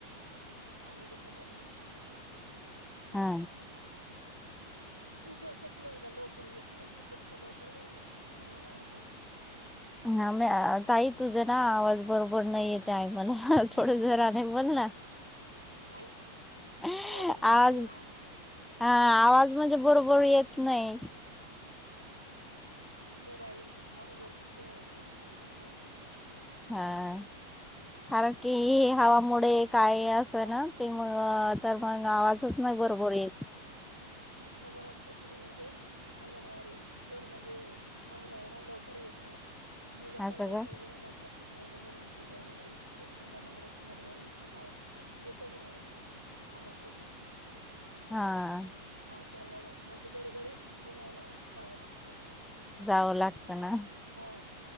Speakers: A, on the right; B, in the centre.
A: आरोग्य तपासणीसाठी
B: हा.
A: हि कडच्याच महिला लवकर येत नाही तिकडच्या लवकर येऊन लागतात अंगणवाडी त्यांच्या
B: आम्ही तई तुझा ना आवाज बरोबर नाही येत. टाईमला थोडा जोराने बोल ना.
A: काय
B: आवाज
A: हो मोबाईल ना
B: हा
A: हो
B: आवाज म्हणजे बरोबर येत नाही.
A: मोबाईल हा वर तस म्हणजे सर करून गेला होता.
B: हाआ कारण की हावा मोडे काय असं
A: हो
B: ना ते मग तर मग आवाजच नाही बरोबर येत.
A: असमनत होती म्हणजे अंगणवाडी दोन मध्ये महिला आहे ना लवकर येतात. मुलं
B: असं
A: पण लवकर
B: का
A: येेऊन लागतात. तिथलं वजन उंची ग्यायला अंगणवाडी मधले नुसते गाव खातात येतच नाही असं सांगत होते.
B: हा-
A: त्यांना म्हणजे गडीगडी बोलायला जावं लागतं असं.
B: जावं लागते ना.
A: हो